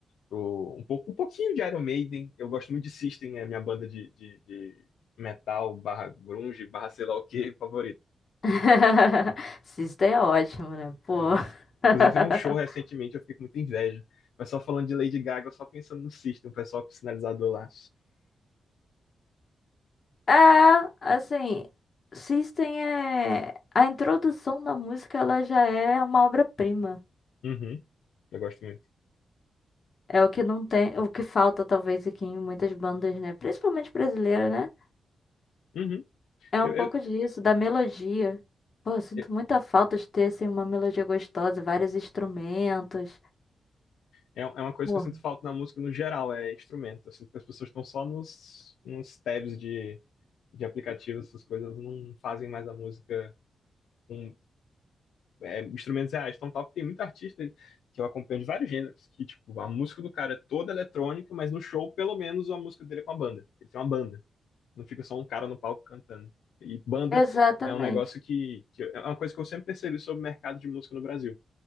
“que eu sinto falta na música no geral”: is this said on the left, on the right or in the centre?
Left